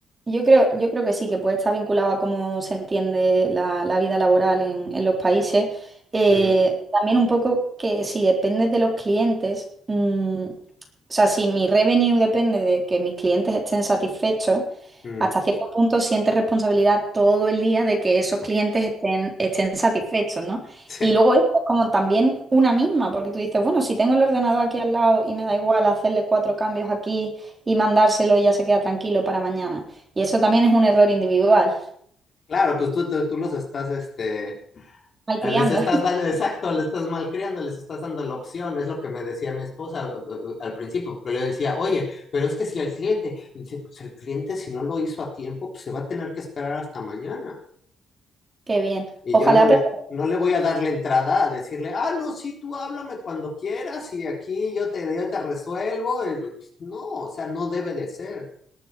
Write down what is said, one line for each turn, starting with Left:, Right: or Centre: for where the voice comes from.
Right: Yo creo, yo creo que sí, que puede estar vinculado a cómo se entiende la, la vida laboral en, en los países. Eh,
Left: Mm,
Right: también un poco que si depende de los clientes, mm, o sea, si mi revenue depende de que mis clientes estén satisfechos,
Left: mm.
Right: hasta
Left: <laughs>
Right: cierto punto sientes responsabilidad todo el día de que esos clientes estén, estén satisfechos, ¿no?
Left: Sí.
Right: Y luego es como también una misma, porque tú dices, bueno, si tengo el ordenador aquí al lado y me da igual hacerle cuatro cambios aquí y mandárselo y ya se queda tranquilo para mañana. Y eso también es un error individual.
Left: Claro, pues tú, tú, tú los estás, este,
Right: Malcriando.
Left: Ah, Les estás
Right: <laughs>
Left: dando, exacto, les estás malcriando, les estás dando la opción, es lo que me decía mi esposa eh, eh, eh, al principio, que le decía, oye, pero es que si el cliente, dice, pues el cliente si no lo hizo a tiempo, pues se va a tener que esperar hasta mañana.
Right: Qué bien.
Left: Y
Right: Ojalá
Left: yo no
Right: aprenda.
Left: le, no le voy a dar la entrada a decirle, ah, no, sí, tú háblame cuando quieras y aquí yo te, yo te resuelvo. Eh, No, o sea, no debe de ser,